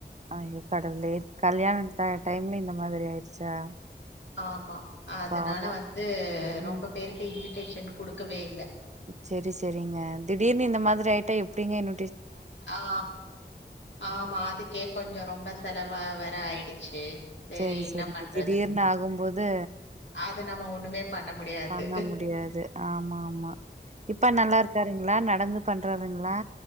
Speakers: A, on the right; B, on the left.
A: அய்யோ கடவுளே கல்யாணோ த டைம்ல இந்த மாதிரி ஆயிடுச்சா
B: ஆமா அதனால
A: பாவோ
B: வந்து ரொம்ப
A: ம்
B: பேருக்கு இன் டேஷன் குடுக்கவே இல்ல
A: சரி சரிங்க திடீர்னு இந்த மாதிரி ஆய்ட்டா எப்டிங்க இன்
B: ஆ ஆமா அதுக்கே கொஞ்சம் ரொம்ப செல வா வேர ஆயிடுச்சு சேரி
A: சரி
B: என்ன
A: சரிங்க
B: பண்றது
A: திடீர்னு ஆகும்போது
B: அது நம்ம ஒண்ணுமே பண்ண முடியாது
A: பண்ண முடியாது ஆமா ஆமா இப்ப நல்லா இருக்காருங்களா நடந்து பண்றாருங்களா